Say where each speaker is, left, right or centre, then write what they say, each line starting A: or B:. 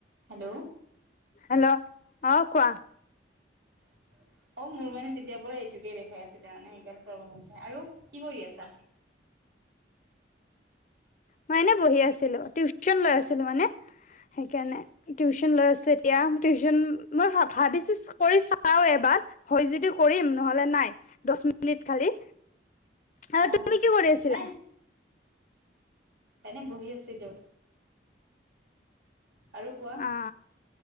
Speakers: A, on the right; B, on the left.
A: Hello.
B: Hello. অ' কোৱা।
A: <unintelligible> অ' মোৰ মানে তেতিয়াৰ পৰা এইটোকে দেখাই আছিলে মানে সেইকাৰণে প্ৰব্লেম হৈছে আৰু কি কৰি আছা?
B: মই এনে বহি আছিলোঁ। টিউশচন লৈ আছিলোঁ মানে সেইকাৰণে। টিউশচন লৈ আছো এতিয়া
A: অ
B: টিউশ্চন। মই ভাবিছোঁ কৰি চাওঁ এবাৰ। হয় যদি কৰিম নহ'লে নাই। দহ মিন <unintelligible> খালি আৰু
A: অ
B: তুমি কি কৰি আছিলা?
A: নাই এনে বহি আছিলোঁ। আৰু কোৱা।
B: অ